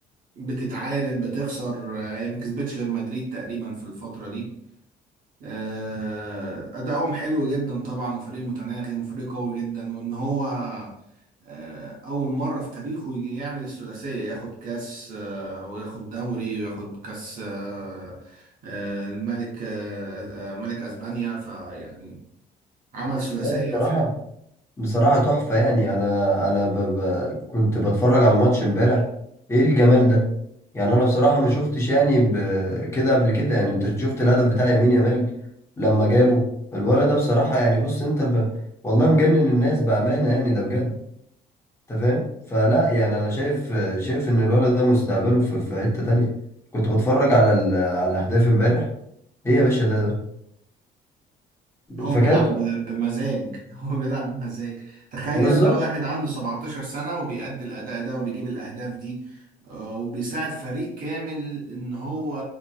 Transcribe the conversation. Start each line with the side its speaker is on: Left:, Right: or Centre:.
Right: بتتعادل بتخسر آه، هي ما كسبتش غير مدريد تقريبا في الفترة دي آه، أدائهم حلو جدا طبعا وفريق متناغم وفريق قوي جدا وإن هو آه، أول مرة في تاريخه يجي يعمل الثلاثية ياخد كاس آه، وياخد دوري وياخد كاس آه، آه، الملك آه، آه، ملك أسبانيا فيعني عمل ثلاثية
Left: هو بصراحة بصراحة تحفة يعني انا انا ب... ب... كنت بتفرج على الماتش امبارح ايه الجمال ده يعني انا بصراحة ما شفتش يعني ب... كده قبل كده يعني انت شفت الهدف بتاع يمين يامال لما جابه الولد ده بصراحة يعني بص انت ب... والله مجنن الناس بأمانة يعني ده بجد انت فاهم فلا يعني انا شايف شايف ان الولد ده مستقبله في, في حتة تانية كنت بتفرج على ال... على اهداف امبارح ايه يا باشا ده ده
Right: هو
Left: فكانت
Right: بيلعب ب- بمزاج <laughs> هو بيلعب بمزاج تخيل
Left: بالظبط
Right: ده واحد عنده 17 سنة وبيأدي الأداء ده وبيجيب الأهداف دي آه، وبيساعد فريق كامل إن هو